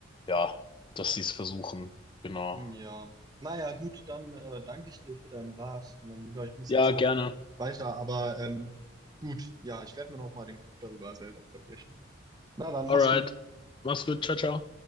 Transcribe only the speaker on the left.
ja, dass sie es versuchen. Genau.
Ja,
gerne.
Alright.
Mach's gut. Ciao, ciao.